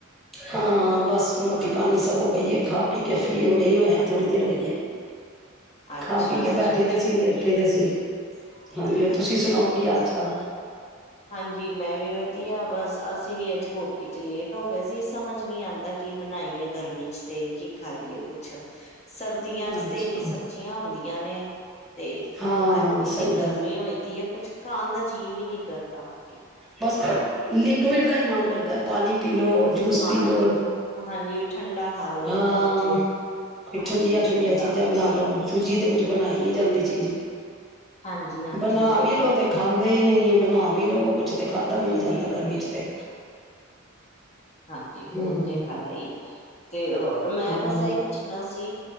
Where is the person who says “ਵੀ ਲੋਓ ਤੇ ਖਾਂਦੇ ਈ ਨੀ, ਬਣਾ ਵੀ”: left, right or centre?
Centre